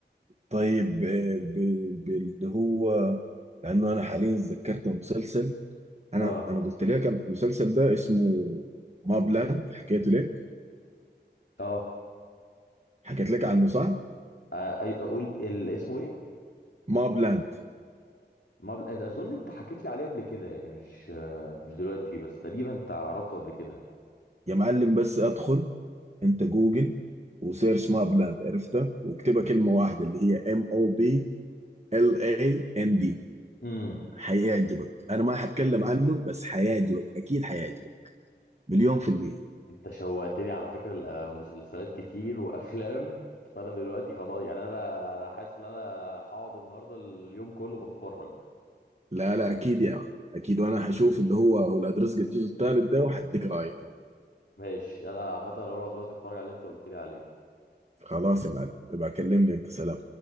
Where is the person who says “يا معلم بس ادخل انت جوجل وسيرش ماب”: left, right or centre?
Right